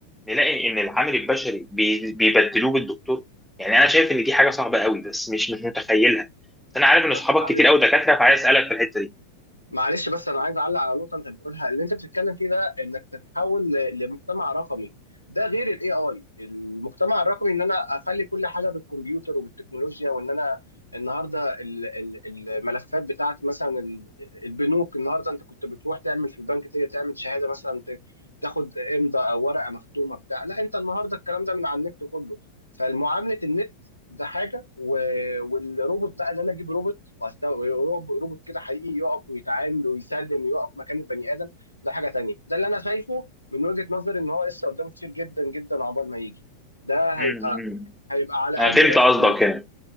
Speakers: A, in the centre; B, on the left (about 85°).
A: نلاقي ان العامل البشري بي- بيبدلوه بالدكتور يعني انا شايف ان دي حاجه صعبه قوي بس مش مش متخيلها بس انا عارف ان
B: بس
A: اصحابك
B: معلش
A: كتير قوي دكاتره فعايز اسالك في الحته دي
B: معلش بس انا عايز اعلق على نقطه انت بتقولها اللي انت بتتكلم فيه ده انك تتحول ل- لمجتمع رقمي ده غير الاي اي المجتمع الرقمي ان انا اخلي كل حاجه بالكمبيوتر وبالتكنولوجيا وان انا النهارده ال- ال- الملفات بتاعتي مثلا ال- البنوك النهارده انت كنت بتروح تعمل في البنك ت- تعمل شهاده مثلا ت- تاخد امضاء او ورقه مختومه بتاع لا انت النهارده الكلام ده من على النت كله فالمعامله النت ده حاجه و- والروبوت بقى ان انا اجيب روبوت وأست- وروب- روبوت كده حقيقي يقف ويتعامل ويسلم ويقف مكان البني ادم ده حاجه تانية ده اللي انا شايفه من وجهه نظري ان هو لسه قدامه كتير جدا جدا عقبال ما يجي ده
A: امم
B: هيبقى هيبقى على
A: انا
B: قد
A: فهمت
B: بس
A: قصدك يعني.